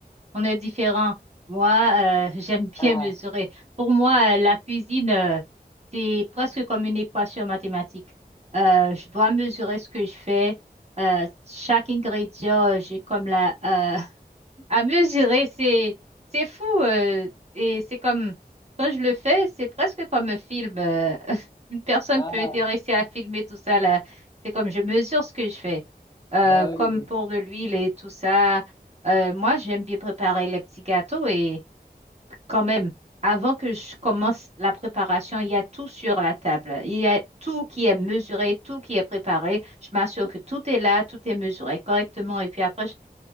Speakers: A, on the right; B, on the left.
A: On est différents. Moi, euh, <laughs> j'aime bien
B: Ah,
A: mesurer. Pour moi, euh, la cuisine, euh, c'est presque comme une équation mathématique. Euh, je dois mesurer ce que je fais. Euh, chaque ingrédient, euh, j'ai comme la, euh, à mesurer. C'est, c'est fou. euh, et c'est comme, quand je le fais, c'est presque comme un film. euh, <laughs> une personne
B: ah,
A: peut intéresser à filmer tout ça là. C'est comme je mesure ce que je fais. Euh,
B: bah oui,
A: comme pour de l'huile et tout ça. Euh, moi, j'aime bien préparer les petits gâteaux et quand même, avant que je commence la préparation, il y a tout sur la table. Il y a tout qui est mesuré, tout qui est préparé. Je m'assure que tout est là, tout est mesuré correctement. Et puis après,